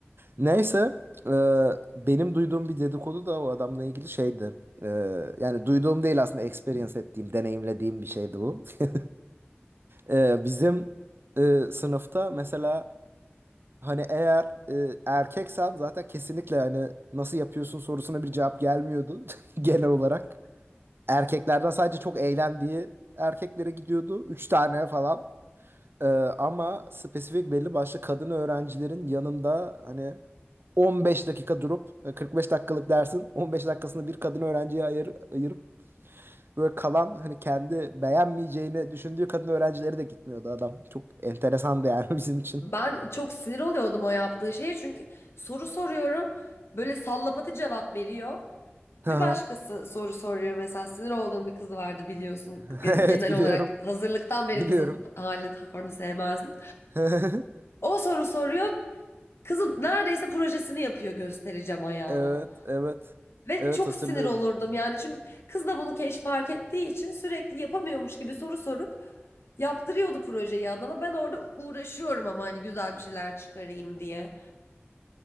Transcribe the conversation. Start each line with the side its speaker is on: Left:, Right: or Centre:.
Right: Neyse e, benim duyduğum bir dedikodu da o adamla ilgili şeydi. E, yani duyduğum değil aslında experience ettiğim, deneyimlediğim bir şeydi bu. <laughs> Ee, bizim e, sınıfta mesela hani eğer e, erkeksen zaten kesinlikle hani nasıl yapıyorsun sorusuna bir cevap gelmiyordu <laughs> genel olarak. Erkeklerden sadece çok eğlendiği erkeklere gidiyordu. Üç tane falan. Ee, ama spesifik belli başlı kadın öğrencilerin yanında hani 15 dakika durup e, 45 dakikalık dersin 15 dakikasını bir kadın öğrenciye ayır, ayırıp Böyle kalan hani kendi beğenmeyeceğini düşündüğü kadın öğrencileri de gitmiyordu adam. Çok enteresandı yani <laughs> bizim için.
Left: Ben çok sinir oluyordum o yaptığı şeye çünkü soru soruyorum. Böyle sallapatı cevap veriyor.
Right: Aha.
Left: Bir başkası soru soruyor mesela sinir olduğum bir kız vardı biliyorsun.
Right: <laughs>
Left: Yani
Right: Evet
Left: genel
Right: biliyorum.
Left: olarak hazırlıktan beri
Right: Biliyorum.
Left: kızın halini tavrını sevmezdim.
Right: <laughs>
Left: O soru soruyor. Kızın neredeyse projesini yapıyor göstereceğim ayağına.
Right: Evet, evet.
Left: Ve
Right: Evet
Left: çok
Right: hatırlıyorum.
Left: sinir olurdum yani çünkü kız da bunu keş fark ettiği için sürekli yapamıyormuş gibi soru sorup Yaptırıyordu projeyi adama. Ben orada uğraşıyorum ama hani güzel bir şeyler çıkarayım diye.